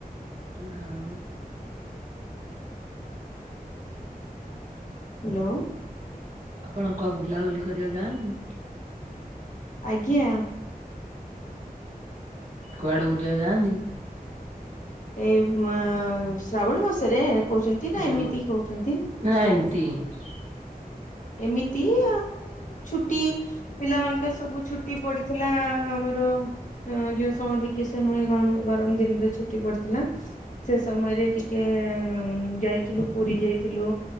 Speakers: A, on the right; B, on the left.
A: ଗାଉ
B: ହ୍ୟାଲୋ।
A: ଆପଣ କଣ ବୁଲାବୁଲି କରିବାକୁ ଯାଆନ୍ତି?
B: ଆଜ୍ଞା।
A: କୁଆଡେ ବୁଲିବାକୁ ଯାଆନ୍ତି?
B: ଏଇ ଶ୍ରାବଣ ମାସରେ? କହୁଛନ୍ତି ନା
A: ହୁଁ
B: ଏମିତି କହୁଛନ୍ତି?
A: ନା ଏମିତି ହୁଁ
B: ଏମିତି ଆଉ ଛୁଟି ପିଲା ମାନଙ୍କ ସବୁ ଛୁଟି ପଡିଥିଲା ଆମର। ଯୋଉ ସମର୍ ଭେକେସନ୍ ହୁଏ ଗମ ଗରମ ଦିନରେ ଛୁଟି ପଡେ। ଥିଲା ସେ ସମୟରେ ଟିକେ ଯାଇ ଥିଲୁ ପୁରୀ ଯାଇଥିଲୁ